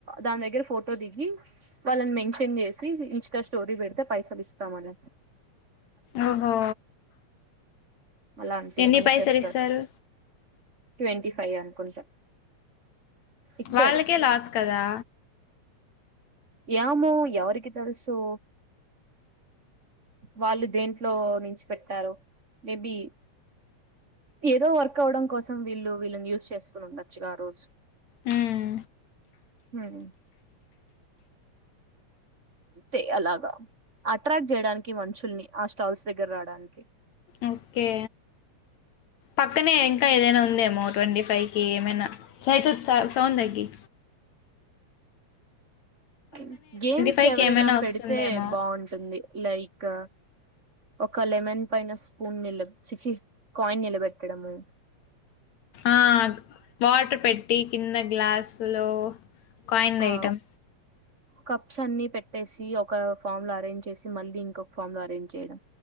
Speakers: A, on the right; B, on the left.
A: దాని దగ్గర ఫోటో దిగి. వాళ్ళని మెన్షన్ చేసి ఇన్స్టా స్టోరీ పెడితే పైసలు ఇస్తామనేసి.
B: ఓ హొ
A: అలాంటివన్నీ
B: ఎన్ని పైసల్
A: చేస్తారు
B: ఇస్తారు.
A: ట్వంటీ ఫైవ్ అనుకుంటా. ఇచ్చారు
B: వాళ్ళకే లాస్ కదా
A: యామో ఎవరికి తెలుసు. వాళ్ళు దేంట్లో నించి పెట్టారో. మేబి ఏదో వర్క్ అవడం కోసం. వీళ్ళు వీళ్ళని యూజ్ చేసుకుని ఉండొచ్చుగా రోజు.
B: హ్మ్
A: హ్మ్ అంతే అలాగా అట్రాక్ట్ చేయడానికి మనుషుల్ని. ఆ స్టాల్స్ దగ్గర్ రాడానికి.
B: ఓకే పక్కనే ఇంకా ఏదైనా ఉందేమో ట్వంటీ ఫ్ పైకి ఏమైనా. సయితు సౌ సౌండ్దగి.
A: హ్మ్ గేమ్స్
B: ఫైవ్
A: ఎవరైనా
B: కి ఏమైనా
A: పెడితే
B: వస్తుందేమో
A: బాగుంటుంది. లైక్ ఒక లెమన్ పైన స్పూన్ నిలబ్. చిచి. కాయిన్ నిలబెట్టడము.
B: ఆ వాటర్ పెట్టి కింద గ్లాస్లో కాయిన్
A: ఆ
B: వేయ్టం
A: కప్స్ అన్ని పెట్టేసి. ఒక ఫామ్ లో అరేంజ్ చేసి. మళ్ళీ ఇంకొక ఫామ్ లో అరేంజ్ చేయడం.